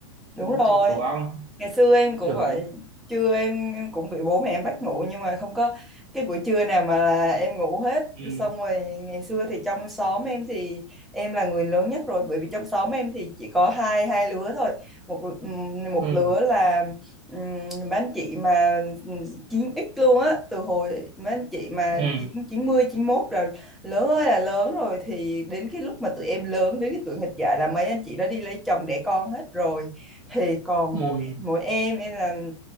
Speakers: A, in the centre; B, on the right (about 35°).
A: đúng
B: trốn đi
A: rồi.
B: chọc tổ ong
A: ngày xưa em
B: bị
A: cũng
B: chửi
A: vậy trưa em, em cũng bị bố mẹ em bắt ngủ nhưng mà không có cái buổi trưa nào mà là em ngủ hết
B: ừ.
A: xong rồi ngày xưa thì trong xóm em thì em là người lớn nhất rồi bởi vì trong xóm em thì chỉ có hai hai lứa thôi một ừm, một
B: ừ.
A: lứa là um, mấy anh chị mà chín x luôn á từ hồi mấy anh chị mà
B: ừ
A: chín chín mươi chín mốt là lớn ơi là lớn rồi thì đến cái lúc mà tụi em lớn đến cái tuổi nghịch dại là mấy anh chị đã đi lấy chồng đẻ con hết rồi thì còn
B: ừ
A: một mỗi em em là